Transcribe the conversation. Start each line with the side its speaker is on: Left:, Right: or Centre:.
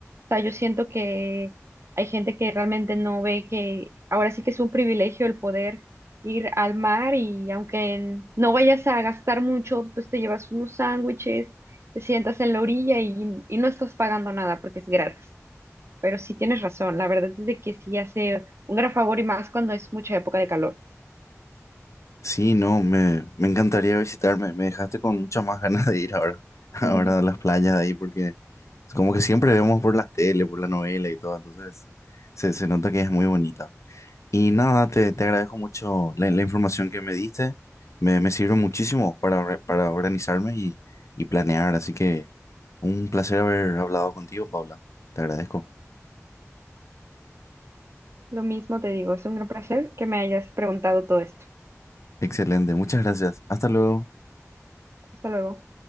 Right: O sea, yo siento que hay gente que realmente no ve que ahora sí que es un privilegio el poder ir al mar y aunque en- no vayas a gastar mucho, pues te llevas unos sándwiches, te sientas en la orilla y, y no estás pagando nada porque es gratis. Pero sí tienes razón, la verdad es de que sí hace un gran favor y más cuando es mucha época de calor.
Left: Sí, no, me, me encantaría visitarme. Me dejaste con muchas más ganas de ir ahora, <laughs> ahora
Right: <laughs>
Left: a las playas de ahí, porque es como que siempre vemos por las tele, por la novela y todo, entonces se, se nota que es muy bonita. Y nada, te, te agradezco mucho la, la información que me diste. Me, me sirve muchísimo para, or- para organizarme y, y planear. Así que un placer haber hablado contigo, Paula. Te agradezco.
Right: Lo mismo te digo, es un gran placer que me hayas preguntado todo esto.
Left: Excelente. Muchas gracias. Hasta luego.
Right: Hasta luego.